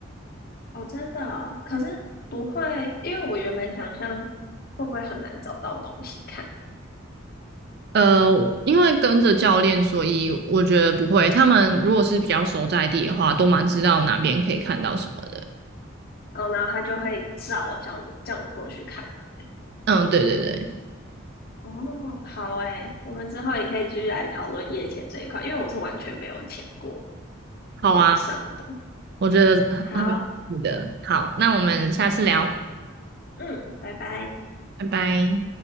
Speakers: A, on the left; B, on the right.
A: 哦，真的哦可是不会，因为我原本想象会不会很难找到东西看，
B: 呃，因为跟着教练，所以我觉得不会。他们如果是比较熟在地的话，都蛮知道哪边可以看到什么的。
A: 然后然后他就会照叫你叫你过去看，对不对？
B: 嗯，对对对，
A: 哦，好诶，我们之后也可以继续来讨论夜潜这一块，因为我是完全没有潜过
B: 好啊，
A: 晚上的。
B: 我觉得很很有趣的。
A: 好，
B: 好，那我们下次聊，
A: 嗯，拜拜。
B: 拜拜。